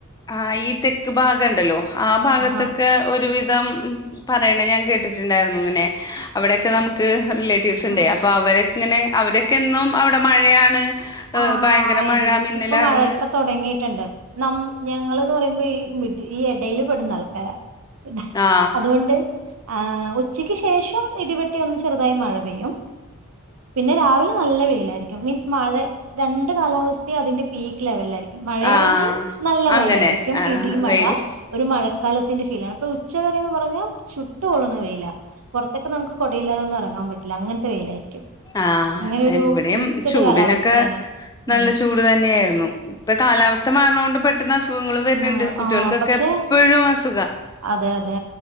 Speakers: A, on the left (about 15°); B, on the right (about 85°).
A: ആ ഈ തെക്ക് ഭാഗണ്ടല്ലോ ആ ഭാഗത്തക്കെ
B: ആഹാ
A: ഒരുവിധം പറയണ ഞാൻ കേ <unintelligible> ങ്ങനെ അവിടെക്കെ നമുക്ക് റിലേറ്റീവ്സ്ണ്ടെ
B: ആ
A: അപ്പൊ അവരെ ഇങ്ങനെ അവര്ക്കെ എന്നും അവിടെ മഴയാണ് ഏഹ്
B: ആഹാ
A: ഭയങ്കര
B: ആ
A: മഴ
B: ഏരിയായില്
A: മിന്നലാണെന്ന്
B: ഇപ്പൊ മഴ ഇപ്പൊ തുടങ്ങിയിട്ടുണ്ട് നമ്മ ഞങ്ങള് ന്ന് പറയുമ്പോ ഈ മിഡി ഈ എടയിൽ പെടുന്ന ആൾക്കാരാ ഇ
A: ആ
B: അതുകൊണ്ട് ആ ഉച്ചയ്ക്ക് ശേഷം ഇടിവെട്ടി ഒന്ന് ചെറുതായി മഴ പെയ്യും പിന്നെ രാവിലെ നല്ല വെയിലായിരിക്കും മീൻസ് മഴ രണ്ട് കാലാവസ്ഥയും അതിന്റെ പീക് ലെവലിലായിരിക്കും മഴയാണെങ്കിൽ
A: ആ
B: നല്ല മഴയായിരിക്കും
A: അങ്ങനെ ആ
B: ഇടി മഴ
A: വെയില്
B: ഒരു മഴക്കാലത്തിന്റെ ഫീലാണ് ഇപ്പൊ ഉച്ചവരന്ന് പറഞ്ഞാൽ ചുട്ട് പൊള്ളണ വെയില പുറത്തേക്ക് നമുക്ക് കുടയില്ലാതൊന്നും ഇറങ്ങാൻ പറ്റില്ല അങ്ങനത്തെ വെയിലായിരിക്കും
A: അഹാ
B: അങ്ങനെ ഒരു
A: അല്ലിവിടെയും
B: മിക്സഡ്
A: ചൂടിനൊക്കെ
B: കാലാവസ്ഥയാണ്
A: ടെ നല്ല
B: ഉം
A: ചൂട് തന്നെയായിരുന്നു ഇപ്പ കാലാവസ്ഥ മാറുന്നോണ്ട് പെട്ടന്ന് അസുഖങ്ങളും വരുന്നുണ്ട്
B: ആ
A: കുട്ടികൾക്കൊക്കെ
B: ആ പക്ഷെ
A: എപ്പോഴും അസു
B: അതെ അതെ